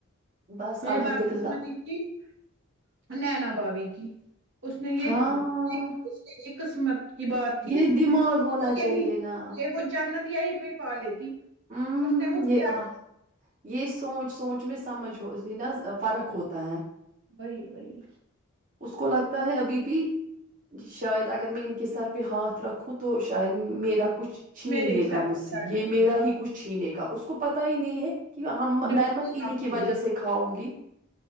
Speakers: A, on the right; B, on the right.
A: بس
B: یہی
A: الحمد
B: بات تو
A: للہ
B: اس میں دی تھی <inaudible> نینا بابی کی <inaudible> اس نے یہ
A: ہاں
B: <inaudible> قسمت <inaudible> کی بات تھی
A: یہ دماغ ہونا
B: وہ
A: چاہیے
B: یہی
A: نا
B: یہ وہ جنت یہی پڑ پا لیتی <inaudible>
A: ہوں
B: اس نے وہ
A: یہ
B: کیا
A: آ یہ سوچ سوچ <inaudible> چ میں سمجھ ہو ن فرق ہوتا ہے
B: وہی
A: <inaudible>
B: وہی
A: اس کو لگتا ہے ابھی بھی جی شاید اگر میں ان <inaudible> کہ سر پہ ہاتھ رکھوں تو شاید میرا <unintelligible> کچھ چھین
B: میرے
A: لے
B: ہی سر
A: گا مجھ
B: پہ
A: سے
B: چڑھ
A: یہ
B: جائے
A: میرا
B: گا ہاں
A: ہی <unintelligible> چھینے گا اس کو پتا ہی نہیں ہے کہ
B: دماغ
A: میں مت انہیں
B: کمزوری
A: کی وجہ سے کھاؤ <unintelligible> ں گی